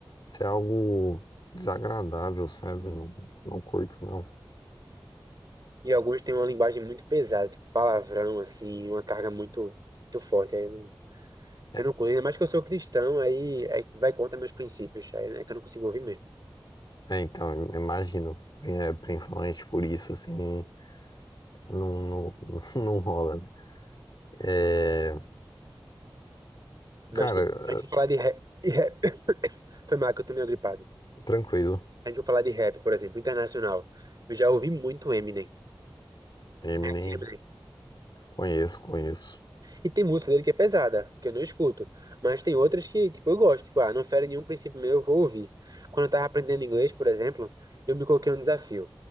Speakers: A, on the left; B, on the right.
A: ser algo desagradável, sabe? Não, não curto, não.
B: E alguns têm uma linguagem muito pesada, tipo palavrão, assim, uma carga muito, muito forte. Aí eu não,
A: É,
B: eu não curto. Ainda mais que eu sou cristão, aí, aí vai contra meus princípios. Aí é que eu não consigo ouvir mesmo.
A: é, então, im- imagino, é, principalmente por isso, assim, não, não, <laughs> não rola, né? É,
B: Mas,
A: cara,
B: tipo, se a gente for falar de rap, de rap... <coughs> <laughs> Foi mal que eu tô meio gripado. Se
A: tranquilo,
B: a gente for falar de rap, por exemplo, internacional, eu já ouvi muito Eminem.
A: Eminem,
B: É assim, Eminem.
A: conheço, conheço.
B: E tem música dele que é pesada, que eu não escuto. Mas tem outras que, tipo, eu gosto. Tipo, ah, não fere nenhum princípio meu, eu vou ouvir. Quando eu tava aprendendo inglês, por exemplo, eu me coloquei um desafio.